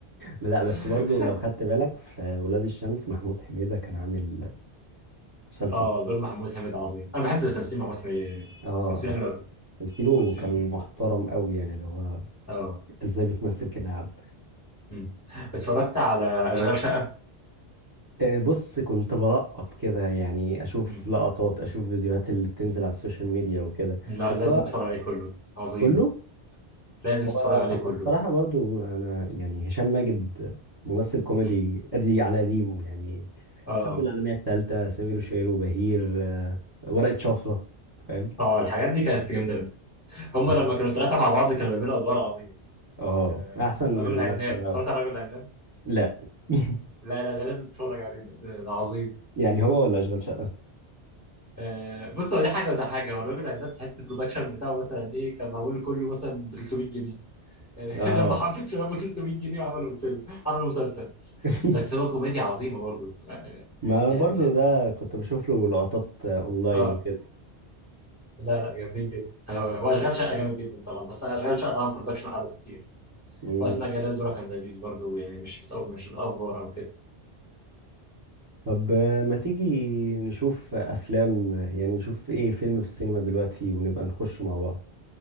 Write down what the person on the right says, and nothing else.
لا
بس برضو لو خدت بالك في ولاد الشمس محمود حميدة كان عامل مسلسل
ده.
اه آه،
تمثيله
كان محترم قوي يعني اللي هو
انت ازاي بتمثل كده يا عم
آه، بص كنت بلقط كده يعني اشوف
لقطات اشوف فيديوهات اللي بتنزل على السوشيال ميديا وكده
بس
هو
كله
هو
هو بصراحة برضو انا يعني هشام ماجد ممثل كوميدي
ادي على قديمه يعني
الحرب العالمية الثالثة سمير وشهير وبهير آه، ورقة شفرة فاهم
اه
اه
احسن من
اما تسرعه
لا <laughs>
يعني هو ولا اشغال شقة
اه
<laughs>
ما
برضو ده كنت بشوف له لقطات آه، اونلاين
وكده
مم.
طب آه، ما تيجي نشوف افلام آه، يعني نشوف ايه فيلم في السينما دلوقتي ونبقى نخشه مع بعض